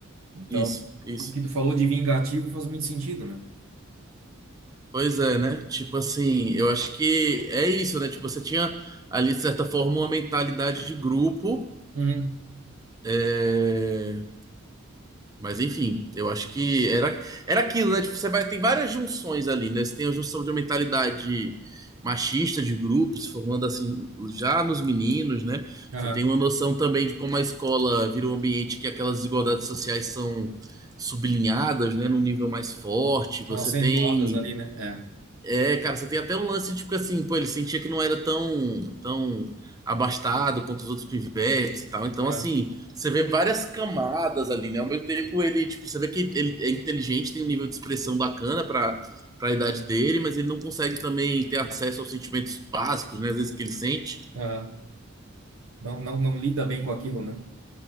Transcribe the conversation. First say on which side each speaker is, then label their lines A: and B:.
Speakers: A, on the right; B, on the right.
A: Então,
B: Isso, isso.
A: o que tu falou de vingativo faz muito sentido, né?
B: Pois é, né? Tipo assim, eu acho que é isso, né? Tipo, você tinha ali, de certa forma, uma mentalidade de grupo.
A: Uhum.
B: é, Mas enfim, eu acho que era, era aquilo, né? Tipo, você vai, tem várias junções ali, né? Você tem a junção de uma mentalidade machista de grupo, se formando assim já nos meninos, né?
A: Aham.
B: Você tem uma noção também de como a escola vira um ambiente que aquelas desigualdades sociais são sublinhadas, né? Num nível mais forte.
A: São
B: Você
A: acentuadas
B: tem
A: ali, né? É.
B: É, cara, você tem até um lance, tipo assim, pô, ele sentia que não era tão, tão abastado quanto os outros pivetes e tal. Então,
A: Aham.
B: assim, você vê várias camadas ali, né? Ao mesmo tempo, ele, tipo, você vê que ele é inteligente, tem um nível de expressão bacana pra, pra idade dele, mas ele não consegue também ter acesso aos sentimentos básicos, né? Às vezes que ele sente.
A: Aham. Não, não, não lida bem com aquilo, né?